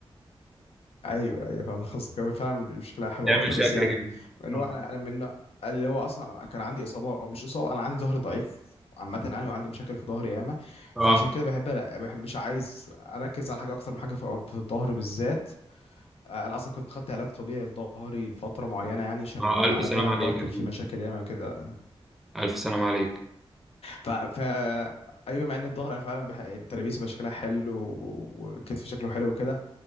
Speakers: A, on the left; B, in the centre.
A: ايوه ايوه فاهم قصدك هو فعلا شكلها حلو
B: تعمل
A: اكتر
B: شكل
A: بس يعني
B: جميل
A: اللي
B: اه
A: هو انا انا من اللي هو اصلا أنا كان عندي اصابه او مش اصابه انا عندي ظهري ضعيف عامة أنا وعندي مشاكل في ظهري ياما
B: اه
A: فعشان كده بحب, بحب مش عايز أركز على حاجة أكتر من حاجة في في الظهر بالذات آه، انا اصلا كنت خدت علاج طبيعي لظهري لفتره معينه يعني عشان
B: اه
A: انا
B: الف سلام
A: فعلا
B: عليك
A: ظهري كان
B: يا زميلي
A: فيه مشاكل ياما كده
B: الف سلام عليك
A: ف... ف ايوه مع ان الظهر انا فعلا بح... ترابيزي بقى شكلها حلو وكتفي شكله حلو وكده